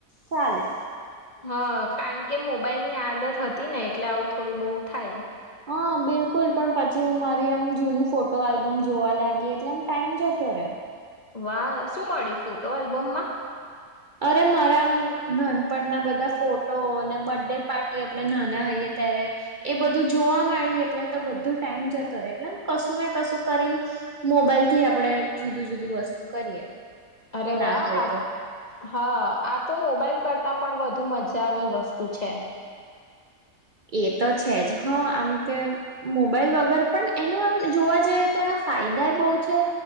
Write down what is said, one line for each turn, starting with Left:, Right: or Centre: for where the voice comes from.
Right: ચાલે
Left: હા કારણ કે મોબાઈલની આદત હતી ને એટલે આવું થોડું બહુ થાય
Right: હા બિલકુલ પણ પછી હું મારી આમ જૂનું ફોટો આલ્બમ જોવા લાગી એટલે એમ ટાઈમ જતો રે
Left: વાહ શું મળ્યું ફોટો આલ્બમમાં
Right: અરે મારામ નાનપણના બધા ફોટો અનેન બર્થડે પાર્ટી આપણે નાના હોઈએ ત્યારે એ બધું જોવા માંડીએ એટલે તો બધો ટાઈમ જતો રહેે એટલેમ કશું ને કશું કરીને મોબાઈલથી આપણે જુદું જુદું વસ્તુ કરીએ.
Left: અરે
Right: ના
Left: વાહ
Right: હોય
Left: આ
Right: તો.
Left: હા આ તો મોબાઈલ કરતાં પણ વધુ મજાની વસ્તુ છે.
Right: એ તો છે જ હ આમ કે મોબાઈલ વગર પણ એનો આમ જોવા જઈએ તો એના ફાયદા બહુ છે